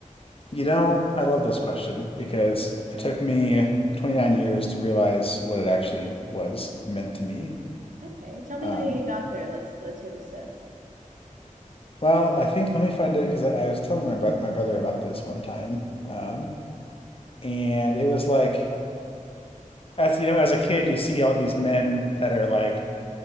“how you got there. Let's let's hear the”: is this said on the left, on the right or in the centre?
Right